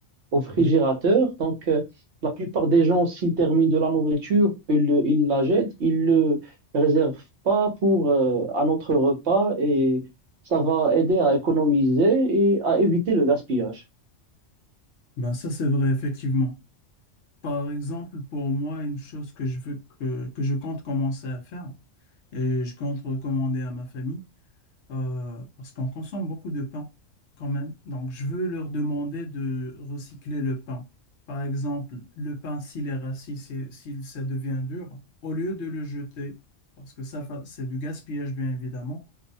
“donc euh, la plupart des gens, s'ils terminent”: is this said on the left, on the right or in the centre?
Right